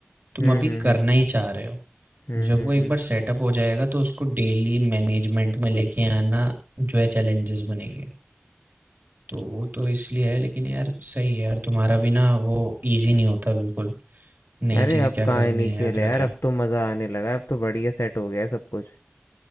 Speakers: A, on the right; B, on the left.
A: तुम
B: हुँ,
A: अभी
B: हुँ,
A: करना
B: हुँ।
A: ही चाह रहे हो
B: हुँ,
A: जब
B: हुँ,
A: वो एक
B: हुँ।
A: बार सेटअप हो जाएगा तो उसको डेली मैनेजमेंट में लेके आना जो है चैलेंजेस बनेंगे तो वो तो इसलिए है लेकिन यार सही है यार तुम्हारा भी ना वो इजी नहीं होता बिल्कुल नई
B: अरे
A: चीज़
B: अब
A: क्या
B: कहाँ
A: करनी
B: इनिशियल
A: है अगला
B: है यार,
A: क्या
B: अब तो मज़ा आने लगा है, अब तो बढ़िया सेट हो गया है सब कुछ।